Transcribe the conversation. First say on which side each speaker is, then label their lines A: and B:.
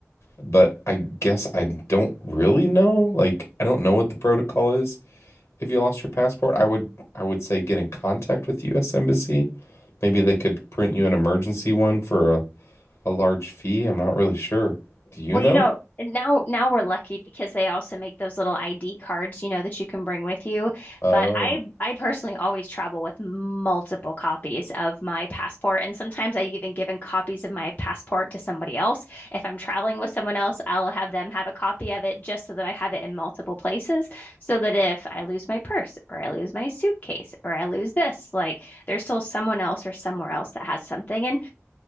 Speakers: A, on the left; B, on the left.
A: But I guess I don't really know. Like, I don't know what the protocol is. if you lost your passport, I would I would say get in contact with the U.S. Embassy. Maybe they could print you an emergency one for a, a large fee. I'm not really sure. Do you
B: Well,
A: know?
B: you know, now now we're lucky because they also make those little ID cards, you know, that you can bring with you.
A: Oh,
B: But I I personally always travel with multiple copies of my passport, and sometimes I've even given copies of my passport to somebody else. If I'm traveling with someone else, I'll have them have a copy of it just so that I have it in multiple places, so that if I lose my purse or I lose my suitcase or I lose this, like there's still someone else or somewhere else that has something. And